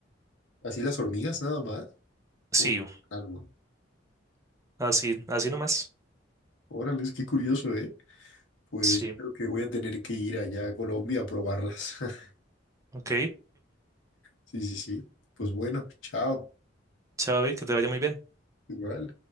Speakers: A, on the left (about 80°); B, on the right (about 15°).
A: Así las hormigas nada más.
B: Sí,
A: O no, algo.
B: así, así nomás.
A: Órale, es que curioso, ¿eh? Pues
B: Sí,
A: yo creo que voy a tener que ir allá a Colombia a probarlas. <laughs>
B: ok.
A: Sí, sí, sí. Pues bueno, chao.
B: Chao, Vic, que te vaya muy bien.
A: Igual.